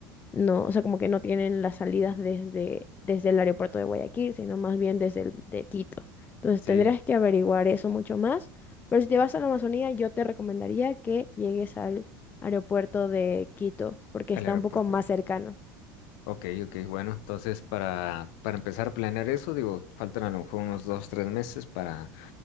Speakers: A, on the left; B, on the left.
A: no, o sea, como que no tienen las salidas desde, desde el aeropuerto de Guayaquil, sino más bien desde el de Quito. Entonces
B: Sí,
A: tendrías que averiguar eso mucho más. Pero si te vas a la Amazonía, yo te recomendaría que llegues al aeropuerto de Quito, porque
B: el
A: está
B: aeropuerto.
A: un poco más cercano.
B: Ok, ok, bueno, entonces para, para empezar a planear eso, digo, faltan a lo mejor unos dos, tres meses para